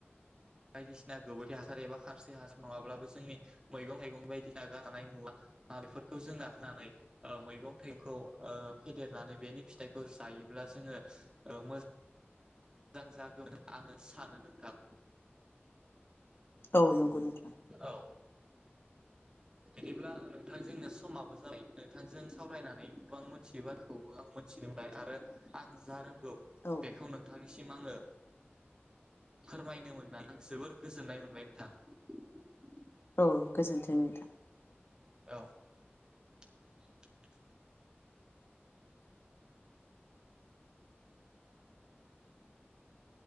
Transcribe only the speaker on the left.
औ नंगौ नोंथां।
औ
औ गोजोन्थों नोंथां।